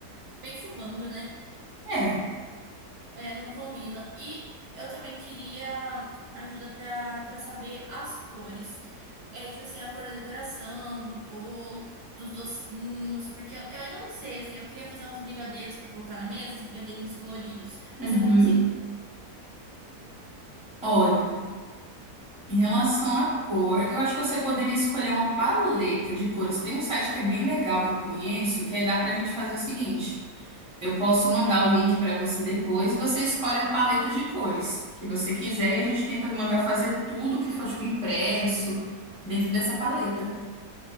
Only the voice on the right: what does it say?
bem fubando, né?
É, não combina. E eu também queria ajuda pra para saber as cores. É, tipo assim, a cor da decoração, do bolo, dos docinhos, porque eu eu ainda não sei, assim, eu queria fazer uns brigadeiros pra colocar na mesa, uns brigadeirinhos coloridos,
mas eu não sei.